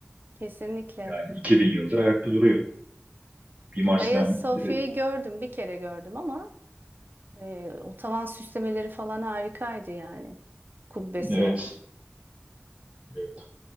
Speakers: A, on the right; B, on the right.
A: Kesinlikle.
B: Yani 2000 yıldır ayakta duruyor. Mimar
A: Hagia
B: Sinan,
A: Sophia'yı
B: e,
A: gördüm. Bir kere gördüm ama e, o tavan süslemeleri falan harikaydı yani. Kubbesi.
B: evet, evet,